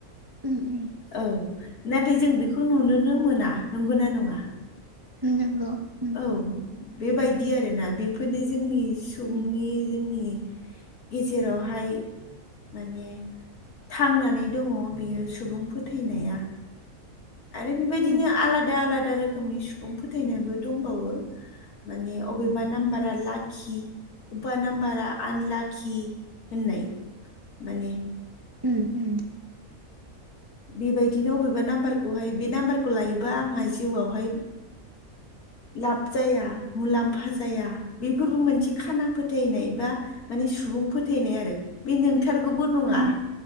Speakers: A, on the right (about 20°); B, on the left (about 80°).
A: उम उम
B: औ नाथाय जों बेखौ नुनोनो मोना नंगौ ना नङा
A: नंगौ उम
B: औ बेबायदि आरोना बेफोरनो जोंनि सुबुंनि
A: उम
B: जोंनि गेजेरावहाय माने थांनानै दङ बियो सुबुं फोथायनाया आरो बेबायदिनो
A: उम
B: आलादा आलादा रोखोमनि सुबुं फोथायनायाबो दंबावो माने अबेबा नाम्बारा लाखि बबेबा नाम्बारा आनलाखि होननाय माने
A: उम उम
B: बेबायदिनो अबेबा नामबारखौहाय बे नामबारखौ लायोबा आंहा जिउआवहाय लाब जाया मुलामफा जाया बेफोरबो मोनसे खाना फोथायनाय बा माने सुबुं फोथायनाय आरो बे नोंथारगौबो नङा
A: उम